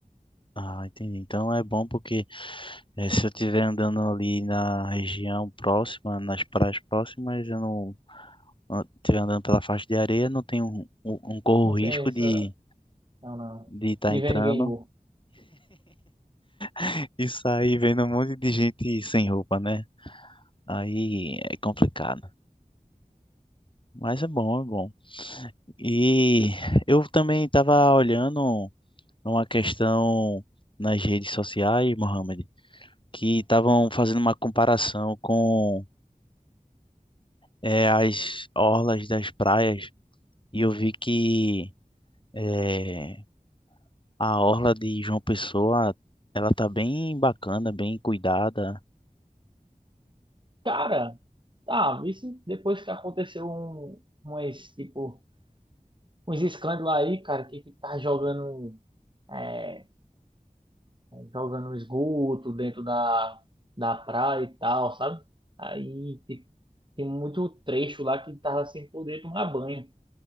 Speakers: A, on the left; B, on the right.
A: Ah, entendi. Então é bom porque eh, se eu estiver andando ali na região próxima, nas praias próximas, eu não an- estiver andando pela faixa de areia, não tenho um, um, um corro
B: Não tem
A: risco
B: essa.
A: de
B: Não, não.
A: de estar
B: De
A: entrando
B: ver ninguém nu.
A: <laughs> e sair vendo um monte de gente sem roupa, né? Aí é complicado. Mas é bom, é bom. E eu também estava olhando. a uma questão nas redes sociais, Mohamed, que estavam fazendo uma comparação com eh, as orlas das praias e eu vi que eh, a orla de João Pessoa ela tá bem bacana, bem cuidada,
B: Cara, tá, isso depois que aconteceu um, umas, tipo, uns escândalos aí, cara, que, que tá jogando. é, jogando no esgoto dentro da, da praia e tal, sabe? Aí tipo, tem muito trecho lá que tava sem poder tomar banho.